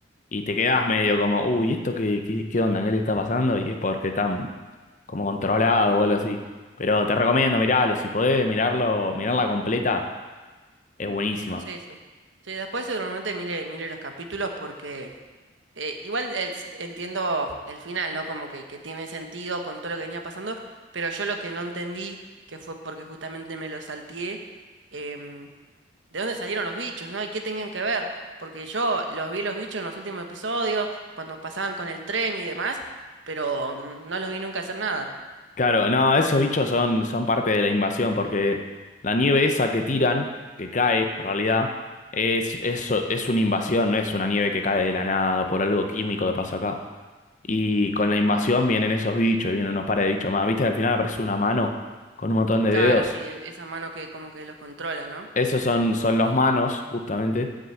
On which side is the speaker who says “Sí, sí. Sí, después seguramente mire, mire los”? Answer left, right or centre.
Right